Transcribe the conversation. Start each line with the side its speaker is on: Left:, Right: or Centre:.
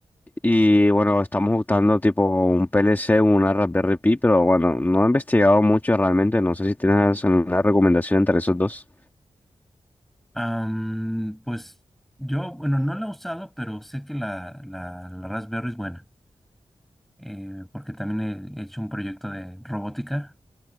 Left: Y bueno, estamos buscando tipo un PLC, una Raspberry Pi, pero bueno, no he investigado mucho realmente. No sé si tienes alguna recomendación entre esos dos.
Centre: Am, pues yo, bueno, no la he usado, pero sé que la, la, la Raspberry es buena, eh, porque también he hecho un proyecto de robótica,